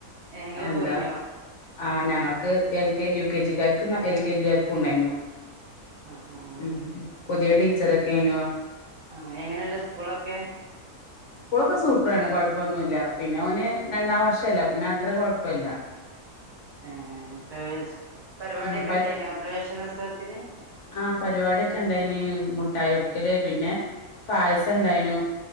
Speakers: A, on the right (about 70°); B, on the left (about 60°).
A: ഏ ഇങ്ങള്
B: എന്താ-
A: പോയിനോ
B: ആഹ് ഞങ്ങൾക്ക് എൽ കെ യു കെ ജിക്കാർക്ക് എൽ കെ ജിക്കാർക്കും ഉണ്ടായിനു-
A: ആ ആ ആ
B: മ്മ് പുതിയ ടീച്ചറൊക്കെ എനുവാ-
A: ആഹ് എങ്ങനെണ്ട് സ്കൂളൊക്കെ?
B: സ്കൂളൊക്കെ സൂപ്പറാണ് കൊഴപ്പൊന്നുല്ല പിന്നെ ഓന് രണ്ടാം വർഷല്ല പിന്നെ അത്ര കൊഴപ്പൊല്ല-
A: ആ പരിപാടിയൊക്കെ
B: ഉം പ
A: ഇണ്ടായിനോ പ്രവേശനോത്സവത്തിന്-
B: ആഹ പരിപാടിക്കെ ഇണ്ടായിന് മുട്ടായി കൊടുക്കല് പിന്നെ പായസം ഉണ്ടായിനു